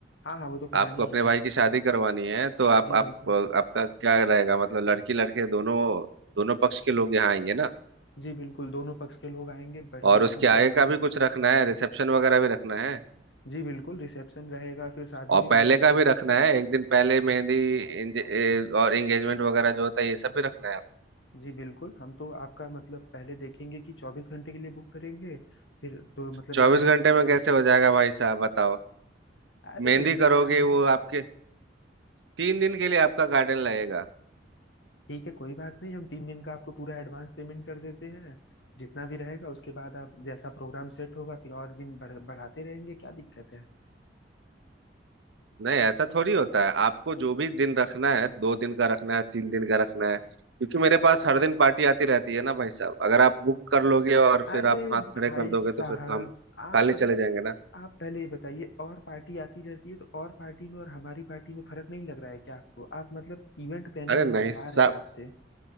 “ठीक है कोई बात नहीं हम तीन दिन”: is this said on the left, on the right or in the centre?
Left